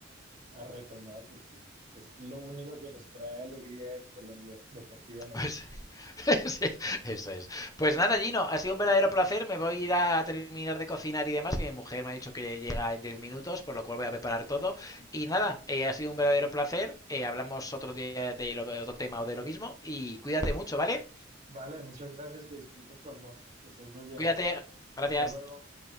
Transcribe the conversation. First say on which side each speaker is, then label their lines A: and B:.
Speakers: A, on the right (about 40°); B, on the left (about 20°).
A: a retomar porque es lo único que nos trae alegría en Colombia deportivamente.
B: Pues <laughs> sí, eso es. Pues nada, Gino, ha sido un verdadero placer. Me voy a ir a terminar de cocinar y demás, que mi mujer me ha dicho que llega en 10 minutos, por lo cual voy a preparar todo. Y nada, eh, ha sido un verdadero placer. Eh, hablamos otro día de, lo, de otro tema o de lo mismo. Y cuídate mucho, ¿vale?
A: Vale, muchas gracias, que disfrutes tu almuerzo, que estés muy bien.
B: Cuídate, gracias.
A: Hasta luego.